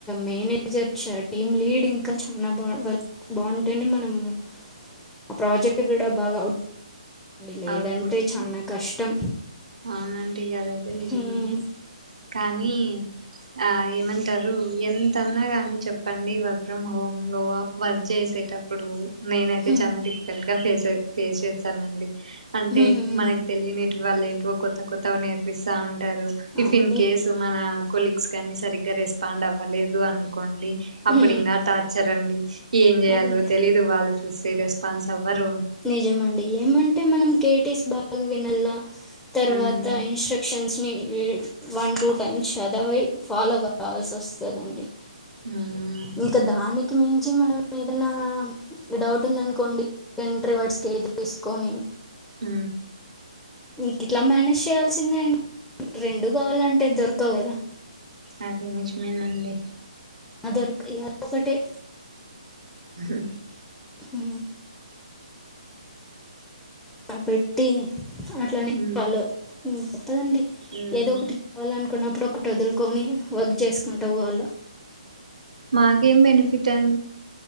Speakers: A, in the centre; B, on the right (about 75°).
A: మేనేజర్ టీమ్ లీడ్ ఇంకా చాలా బా వర్క్ బాగుంటేనే మనము ఆ ప్రాజెక్ట్ కూడా బాగా ఉట్టడి లేదంటే
B: అవుట్పుట్స్
A: చాలా కష్టం
B: అవునండి అవైతే నిజమే
A: హ్మ్,
B: కానీ ఆ ఏమంటారు ఎంతన్నా గాని చెప్పండి వర్క్ ఫ్రమ్ హోమ్ లో వర్క్ చేసే టప్పుడు నేన అైతే
A: హ్మ్,
B: చాలా డిఫికల్ట్ గా ఫేస్ ఫేస్ చేస్తానండి అంటే
A: హ్మ్, హ్మ్.
B: మనకు తెలియనిటి వాళ్ళు ఏంటో కొత్త కొత్తగా నేర్పిస్తాంట టారు ఇఫ్
A: అన్నీ
B: ఇన్ కేస్ మన కొలీగ్స్ కాని సరిగ్గా రెస్పాండ్ అవ్వలేదు అనుకోండి అప్పుడు
A: హ్మ్,
B: ఇంకా టార్చర్ అండి ఏం చేయాలో
A: అదే
B: తెలీదు వాళ్ళు చూస్తే రెస్పాన్స్ అవ్వరు
A: నిజమ అండి ఏమంటే మనం కేటీస్ బాగ్ వినాల తర్వాత
B: ఉమ్
A: ఇన్స్ట్రక్షన్స్ని వన్ టూ టైమ్స్ చదవి ఫాలో కావాల్సి వస్తుందండి
B: ఉమ్
A: ఇంకా దానికి మేన్ నుంచి మనం ఏదైనా డౌట్ ఉందనుకోండి ఎంట్రీ వర్డ్స్కి వెది తీసుకొని
B: అ
A: ఇంక ఇట్లా మేనేజ్ చేయాల్సిందే అండి రెండు కావాలంటే దొరకవు కదా
B: అది నిజమేనండి
A: అదొరు అదొ ఒకటే
B: హు
A: ఉ కాబట్టి అట్లానే
B: ఉమ్
A: ఫాలో మ్మ్ పదండి
B: ఉమ్
A: ఏదో ఒకటి కావాలనుకున్నప్పుడు ఒకటి వదులుకొని వర్క్ చేసుకుంట పోవల
B: మాకేం బెనిఫిట్ అ